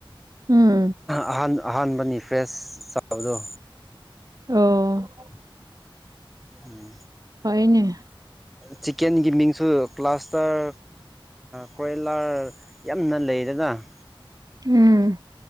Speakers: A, on the right; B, in the centre.
A: ꯎꯝ
B: ꯑꯍ ꯑꯍꯥꯟꯕꯅꯤ ꯐ꯭ꯔꯦꯁ ꯆꯥꯕꯗꯣ
A: ꯑꯣ
B: ꯎꯝ
A: ꯐꯩꯅꯦ
B: ꯆꯤꯛꯀꯦꯟꯒꯤ ꯃꯤꯡꯁꯨ ꯀ꯭ꯂꯥꯁꯇꯔ ꯀ꯭ꯔꯦꯂꯥꯔ ꯌꯥꯝꯅ ꯂꯩꯔꯒ <inaudible>
A: ꯎꯝ